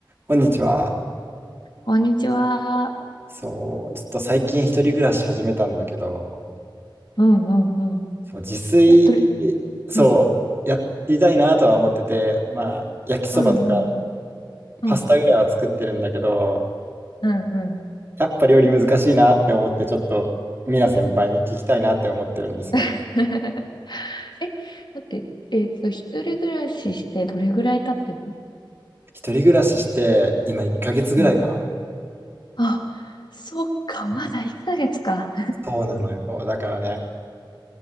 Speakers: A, on the right; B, on the left.
A: こんにちは。
B: こんにちは。
A: そう、ちょっと最近一人暮らし始めたんだけど、
B: うんうんうん。
A: そう、自炊、
B: え、どれ、
A: そう、
B: うん、
A: やりたいなとは思ってて、まあ、焼きそばとか
B: うんうんうん。
A: パスタぐらいは作ってるんだけど、
B: うん、うんうん。
A: やっぱ料理難しいなって思って、ちょっと、みな先輩に聞きたいなって思ってるんですよ。
B: <laughs> え、だって、えっと、一人暮らししてどれぐらい経ってるの
A: 一人暮らしして、今1ヶ月ぐらいかな。
B: うん。あ、そっか、まだ1ヶ月か。
A: そうなのよ。だからね、